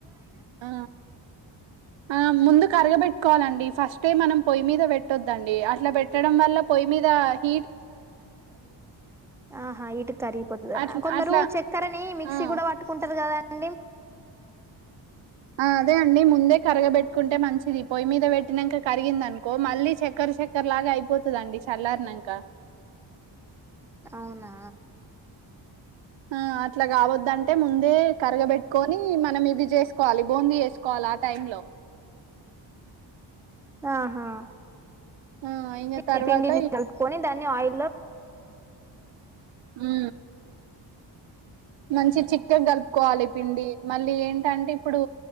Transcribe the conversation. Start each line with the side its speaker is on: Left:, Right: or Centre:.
Right: ఆ ఆ ముందు కరగబెట్టుకోవాలండి ఫస్టే మనం పొయ్యి మీద పెట్టొద్దండి అ ఇట్లా పెట్టడం వల్ల పొయ్యి మీద హీట్ కి కరుగుతుది
Centre: ఆహా హీటికి కరిగిపోతుదా
Right: అట్లా
Centre: కొందరు
Right: అట్లా
Centre: చక్కెరని మిక్సీ
Right: ఆ
Centre: కూడా పట్టుకుంటారు కదా అండి
Right: ఆ అదే అండి ముందే కరగబెట్టుకుంటే మంచిది పొయ్యి మీద పెట్టినాక కరిగిందనుకో మళ్ళీ చక్కెర చక్కెర లాగా అయిపోతుందండి చల్లారనాక
Centre: అవునా
Right: ఆ అట్లా కావద్దంటే ముందు అదే కరగబెట్టుకొని మనం ఇవి చేసుకోవాలి బూందీ చేసుకోవాలి ఆ టైమ్ లో
Centre: ఆహా
Right: ఆ ఇంగ తర్వాత
Centre: ఏ పిండిని కలుపుకొని దాన్ని ఆయిల్ల్లో వేయించాలి
Right: ఉ మంచి చిక్కగా కలుపుకోవాలి పిండి మళ్ళీ ఏంటంటే ఇప్పుడు